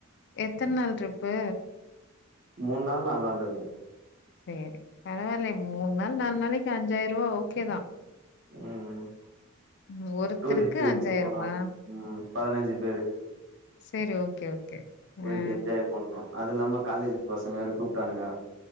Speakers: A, on the left (about 55°); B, on the right (about 60°).
A: எத்தன் நாள் ட்ரிப்பு
B: மூண் நாள் நாலு நாள் இருக்கு
A: சரி பரவாயில்லியே மூண் நாள் நாலு நாளைக்கு அஞ்சாயிரோ ருவா ஓகே தா
B: ம்
A: ம் ஒருத்தருக்கு
B: டூரிஸ்ட்ட்ஞு வச்சு
A: அஞ்சாயிரமா
B: போலா ம் பதினஞ்சு பேரு
A: செரி ஓகே ஓகே
B: பொயிட்டு
A: ஆ
B: என்ஜாய் பண்ணணு அது இல்லாம காலேஜ் பசங்க வேற கூப்ட்டானுங்க